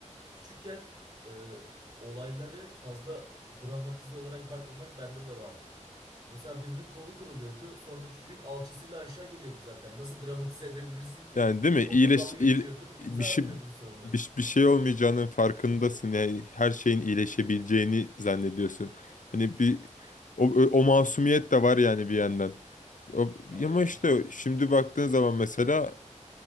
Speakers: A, on the right; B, on the left.
A: Küçükken e, olayları fazla dramatize olarak bakmamak bende de vardı. Mesela birinin kolu kırılıyordu. Sonraki gün alçısıyla aşağı geliyordu zaten. Nasıl dramatize edebilirsin ki?
B: Yani değil mi?
A: Onunla
B: İyileş,
A: dalga
B: iyil-
A: geçiyordun, imza
B: bir şey
A: atıyordun sonra.
B: bir, bir şey olmayacağının farkındasın. Yani her şeyin iyileşebileceğini zannediyorsun. Hani bir o, o masumiyet de var yani bir yandan. O,
A: Aynen.
B: ama işte şimdi baktığın zaman mesela